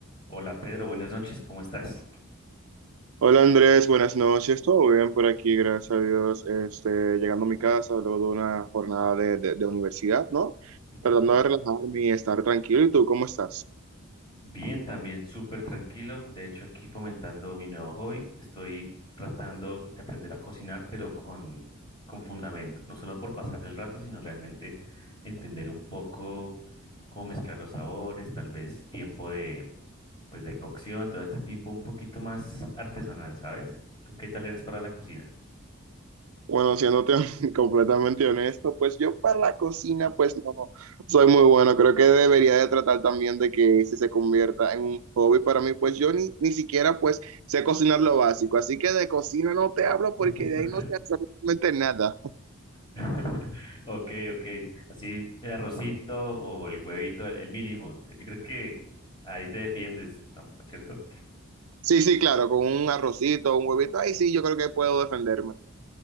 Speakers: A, on the left (about 20°); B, on the right (about 80°).
A: Hola Pedro, buenas noches, ¿cómo estás?
B: Hola Andrés, buenas noches. Todo bien por aquí, gracias a Dios. Este, llegando a mi casa luego de una jornada de, de- de universidad, ¿no?
A: Ujú.
B: Tratando de relajarme y estar tranquilo. ¿Y tú cómo estás?
A: Bien, también súper tranquilo. De hecho, aquí fomentando mi nuevo hobby. Estoy tratando de aprender a cocinar, pero con, con fundamento. No solo por pasar el rato, sino realmente entender un poco cómo mezclar los sabores, tal vez tiempo de, pues, de cocción, todo este tipo un poquito más artesanal, ¿sabes? ¿Tú qué tal eres para la cocina?
B: Bueno, siéndote <laughs> completamente honesto, pues yo para la cocina, pues no soy muy bueno. Creo que debería de tratar también de que ese se convierta en un hobby para mí, pues yo ni, ni siquiera pues sé cocinar lo básico. Así que de cocina no te hablo porque
A: <laughs>
B: de ahí no sé absolutamente nada.
A: <laughs> Ok, ok. Así el arrocito o el huevito, el, el mínimo. Yo creo que ahí te defiendes, tam- ¿cierto?
B: Sí, sí, claro, con un arrocito, un huevito, ahí sí, yo creo que puedo defenderme.